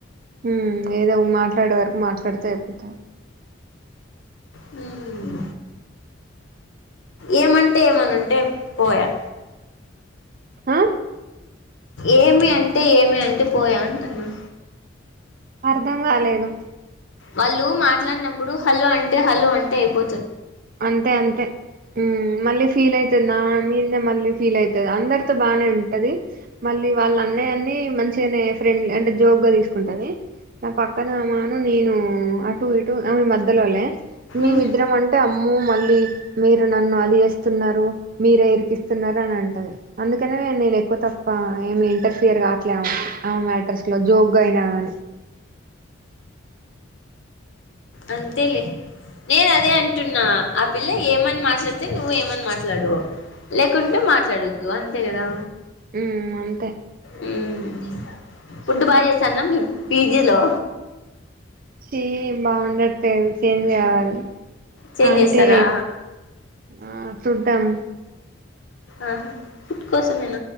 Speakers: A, on the right (about 45°); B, on the left (about 70°).
A: మ్మ్ ఏదో మాట్లాడే వరకు మాట్లాడితే అయిపోతాది
B: మ్మ్ ఏమంటే ఏమనుంటే పోయా
A: ఆ
B: ఏమి అంటే ఏమి అంటే పోయే అంటున్నా.
A: అర్ధం కాలేదు.
B: వాళ్ళు మాట్లాడినప్పుడు హలో అంటే హలో అంటే అయిపో
A: అంతే అంతే మ్మ్ మళ్ళీ ఫీల్ అయితది నా మీద్నే మళ్ళీ ఫీల్ అయితది అందరితో బానే ఉం టది మళ్ళీ వాళ్ళ అన్నయ్య నీ మంచిగనే ఫ్రెండ్ అంటే జోక్ గా తీసుకుంటది నా పక్కన మాను నేనూ అటు ఇ టు ఆమే మధ్యలోలే మేమిద్దరం
B: ఉహు
A: అం అమ్ము మళ్ళీ మీరు నన్ను అది చేస్తున్నారు మీరే ఇరికిస్తున్నారు అని అంటది అందుకని నేను ఎక్కువ తక్కువ ఏమి ఇంటర్ఫియర్ కావట్లే ఆమ ఆమే మ్యాటర్స్ ఇట్ల జోక్ గా అయిన గాని
B: అంతే లే నేను అదే అంటున్నా ఆ పిల్ల ఏమని మాట్లాడితే, నువ్వు ఏమని మాట్లాడు లేకుంటే మాట్లాడొద్దు అంతే కదా.
A: హ్మ్ అంతే
B: మ్మ్ ఫుడ్డు బాగా చేస్తాన్నం పీజీలో
A: చీ బాగుండట్లేదు చేంజ్ చేయాలి
B: చేంజ్
A: అంటే
B: చేస్తారా
A: ఆ చుద్దాం
B: ఆ హా ఫుట్ కోసమేన